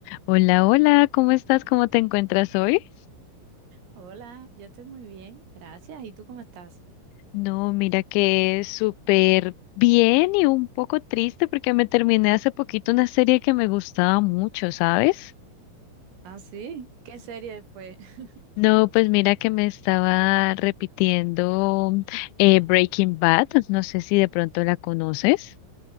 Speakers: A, on the left; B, on the right.
A: Hola, hola, ¿cómo estás? ¿Cómo te encuentras hoy?
B: Hola, yo estoy muy bien, gracias. ¿Y tú cómo estás?
A: No, mira que súper bien y un poco triste porque me terminé hace poquito una serie que me gustaba mucho, ¿sabes?
B: Ah, sí, ¿qué serie fue? <laughs>
A: No, pues mira que me estaba repitiendo eh, Breaking Bad, no sé si de pronto la conoces.